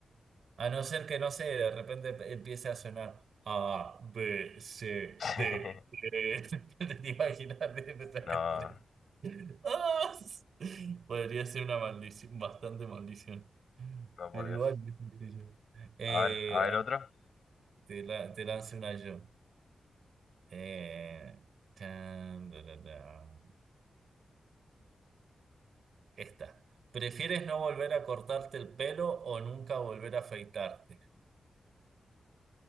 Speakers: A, on the right; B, on the left.
A: a no ser que, no sé, de repente empiece a sonar A, B, C,
B: <laughs>
A: D, E. <laughs> ¿Te imaginas de empezar
B: No,
A: a cantar eso? <laughs> ¡Ah! Podría ser una maldición, bastante maldición.
B: no,
A: Pero
B: por Dios.
A: igual, qué sé yo. Eh,
B: A ver, a ver otra
A: te, la- te lanzo una yo. Eh, tan, da, da, da. Esta. ¿Prefieres no volver a cortarte el pelo o nunca volver a afeitarte?